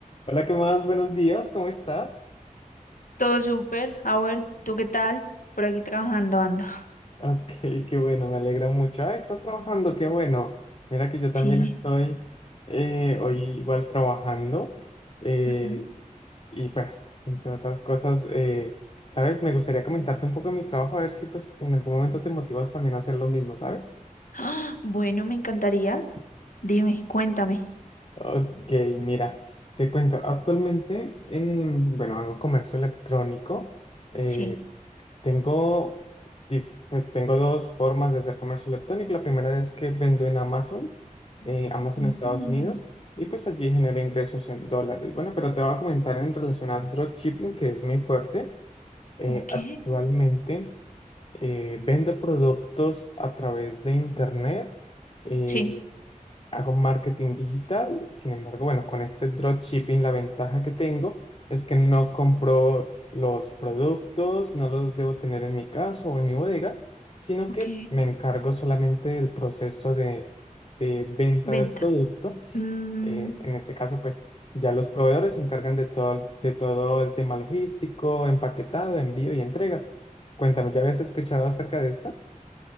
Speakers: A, on the left; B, on the left.
A: Hola, ¿qué más? Buenos días, ¿cómo estás?
B: Todo súper. A ver, ¿tú qué tal? Por aquí trabajando ando.
A: Ok, qué bueno, me alegra mucho. Ah, estás trabajando, qué bueno. Mira que yo también
B: Sí.
A: estoy eh, hoy igual trabajando. eh,
B: ujú.
A: y bueno, entre otras cosas, eh, ¿sabes? Me gustaría comentarte un poco de mi trabajo, a ver si pues en algún momento te motivas también a hacer lo mismo, ¿sabes?
B: ¡Ah! Bueno, me encantaría. Dime, cuéntame.
A: Ok, mira, te cuento. Actualmente, eh, bueno, hago comercio electrónico. eh,
B: Sí.
A: Tengo, dif- pues tengo dos formas de hacer comercio electrónico. La primera es que vendo en Amazon, eh, Amazon
B: Mm,
A: Estados Unidos, y pues allí genero ingresos en dólares. Bueno, pero te voy a comentar en relación a dropshipping, que es mi fuerte. Eh,
B: ok.
A: actualmente eh, vendo productos a través de internet. eh,
B: Sí,
A: hago marketing digital. Sin embargo, bueno, con este dropshipping la ventaja que tengo es que no compro los productos, no los debo tener en mi casa o en mi bodega, sino
B: ok.
A: que me encargo solamente del proceso de, de venta
B: Venta.
A: del producto
B: Mm,
A: eh, en este caso, pues ya los proveedores se encargan de todo, de todo el tema logístico, empaquetado, envío y entrega. Cuéntame, ¿ya habías escuchado acerca de esto?